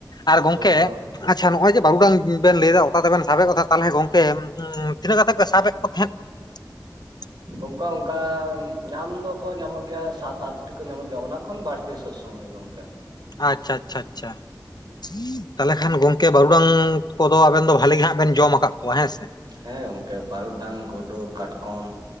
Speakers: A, on the left; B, on the right.
A: ᱟᱨ ᱜᱚᱝᱠᱮ
B: ᱠᱚ
A: ᱟᱪᱪᱷᱟ ᱱᱚᱜᱼᱚᱭ ᱡᱮᱼᱼ ᱜᱚᱝᱠᱮ ᱵᱮᱱ ᱞᱟᱹᱭ ᱮᱫᱟ ᱚᱛᱟ ᱛᱮᱵᱮᱱ ᱥᱟᱵᱮᱫ ᱠᱚ ᱛᱟᱦᱚᱞᱮ ᱜᱚᱝᱠᱮ ᱛᱤᱱᱟᱹᱜ ᱠᱟᱛᱮ ᱯᱮ ᱥᱟᱵᱮᱫ ᱠᱚ ᱛᱟᱦᱮᱸᱫ ᱾ <inaudible>
B: ᱚᱱᱠᱟ ᱚᱱᱠᱟ ᱧᱟᱢ ᱫᱚᱠᱚ ᱧᱟᱢᱚᱜ ᱜᱮᱭᱟ ᱥᱟᱛ ᱟᱴᱴᱤ ᱠᱚ ᱧᱟᱢᱚᱜ ᱜᱮᱭᱟ ᱚᱱᱟ ᱠᱷᱚᱱ ᱵᱟᱹᱲᱼᱼ ᱛᱤᱥᱚᱜ ᱥᱚᱢᱚᱭ ᱜᱚᱝᱠᱮ ᱾
A: ᱟᱪᱪᱷᱟ ᱟᱪᱪᱷᱟ ᱟᱪᱪᱷᱟ ᱾ ᱛᱟᱦᱞᱮ ᱠᱷᱟᱱ ᱜᱚᱝᱠᱮ ᱵᱟᱹᱨᱩᱰᱟᱝ ᱠᱚᱫᱚ ᱟᱵᱮᱱ ᱫᱚ ᱵᱷᱟᱞᱮ ᱜᱮ ᱦᱟᱸᱜ ᱵᱮᱱ ᱡᱚᱢ ᱠᱟᱫ ᱠᱚᱣᱟ ᱦᱮᱸ ᱥᱮ?
B: ᱦᱮᱸ ᱜᱚᱝᱠᱮ ᱵᱟᱨᱩᱰᱟᱝ ᱜᱳᱰᱳ ᱠᱟᱴᱠᱚᱢ,